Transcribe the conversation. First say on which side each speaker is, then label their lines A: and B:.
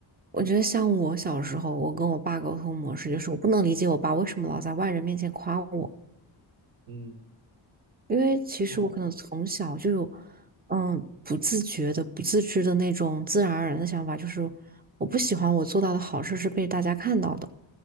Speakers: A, on the right (about 20°); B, on the right (about 85°).
A: 我觉得像我小时候，我跟我爸沟通模式就是，我不能理解我爸为什么老在外人面前夸我。
B: 嗯，
A: 因为其实我可能从小就有，
B: 不好玩
A: 嗯，不自觉的、不自知的那种自然而然的想法，就是我不喜欢我做到的好事是被大家看到的。